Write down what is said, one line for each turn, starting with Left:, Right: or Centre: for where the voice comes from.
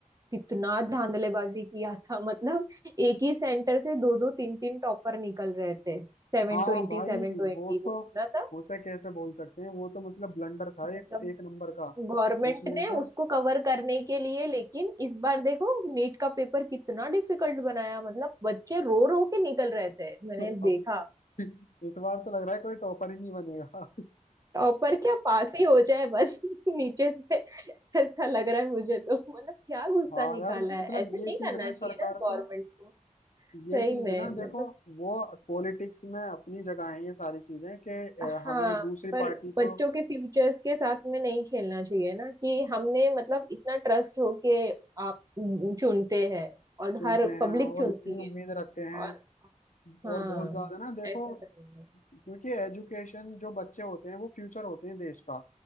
Right: कितना धांधलेबाजी किया था <laughs> मतलब एक ही सेंटर से दो दो तीन तीन टॉपर निकल रहे थे सेवन
Left: हाँ
Right: ट्वेंटी
Left: भाई
Right: सेवन ट्वेंटी
Left: वो
Right: वो
Left: तो
Right: सुना था
Left: उसे कैसे बोल सकते हैं वो तो मतलब ब्लंडर था
Right: मतलब
Left: एक एक नंबर का
Right: गवर्नमेंट
Left: उसमें
Right: ने
Left: तो
Right: उसको कवर करने के लिए लेकिन इस बार देखो नीट का पेपर कितना डिफिकल्ट बनाया मतलब बच्चे रो रो के निकल रहे थे मैंने
Left: अब
Right: देखा
Left: इस बार तो लग रहा है कोई टॉपर ही नहीं बनेगा
Right: टॉपर क्या पास ही हो जाए बस <laughs> नीचे से ऐसा लग रहा है मुझे तो मतलब क्या गुस्सा
Left: हाँ
Right: निकाला
Left: यार
Right: है
Left: मतलब
Right: ऐसे
Left: ये
Right: नहीं
Left: चीज
Right: करना
Left: है ना
Right: चाहिए
Left: सरकार
Right: ना गवर्नमेंट
Left: को
Right: को सही
Left: ये चीज
Right: में
Left: है ना देखो
Right: मतलब
Left: वो पॉलिटिक्स में अपनी जगह है ये सारी चीजें कि अ,
Right: हाँ
Left: हमें दूसरी
Right: पर
Left: पार्टी
Right: बच्चों
Left: को
Right: के फ्यूचर्स के साथ में नहीं खेलना चाहिए ना कि हमने मतलब इतना ट्रस्ट होके आप चुनते हैं और
Left: चुनते
Right: हर
Left: हैं
Right: पब्लिक
Left: और
Right: चुनती
Left: इतनी उम्मीद
Right: है
Left: रखते हैं
Right: और हाँ
Left: और बहुत ज्यादा ना देखो
Right: ऐसा करेंगे
Left: क्योंकि एजुकेशन जो बच्चे होते हैं वो फ्यूचर होते हैं देश का